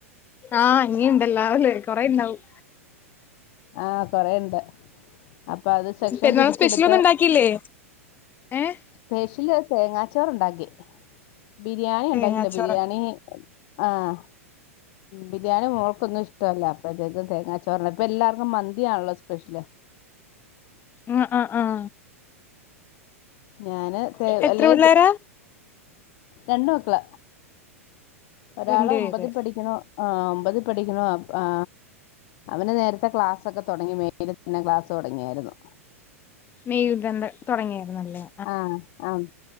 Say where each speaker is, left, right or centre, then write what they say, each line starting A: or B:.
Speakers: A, on the left; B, on the left.
A: ആഹ് ഇങ്ങിയുണ്ടല്ലാവല്ല കൊറെ ഇണ്ടാവും
B: ആ ആഹ കൊറെ ഉണ്ട് അപ്പൊ അത് സെക്ഷൻ
A: പെരുന്നാൾ
B: തിരിച്ചെടുത്ത്
A: സ്പെഷ്യൽ ഒന്നും ഉണ്ടാക്കിയില്ലേ ഏഹ്
B: സ്പെഷ്യല് തേങ്ങാച്ചോറ ഉണ്ടാക്കി ബിരിയാണി
A: തേങ്ങാച്ചോറ്
B: ഉണ്ടാക്കില്ല ബിരിയാണി ആഹ ബിരിയാണി മോൾക്കൊന്നും ഇഷ്ടമല്ല അപ്പഴത്തേക്കും തേങ്ങ ചോർണ് ഇപ്പൊ എല്ലർക്കും മന്തിണല്ലോ സ്പെഷ്യല്
A: ആ ആഹ ആഹ
B: ഞാന് ത
A: എത്ര
B: അല്ലെ
A: പിള്ളേരാ
B: രണ്ട മക്കല ഒരാളെ
A: രണ്ട്
B: ഒമ്പത്
A: പേര്
B: പഠിക്കണോ ആഹ് ഒമ്പത് പഠിക്കണും ആ അവന് നേരത്തെ ക്ലാസ്ക്കെ തുടങ്ങി മെയിൽ തന്നെ ക്ലാസ് തുടങ്ങിയായിരുന്നു
A: മെയിൽ തന്ന തുടങ്ങിയായിുന്നല്ലേ
B: ആഹ് ആ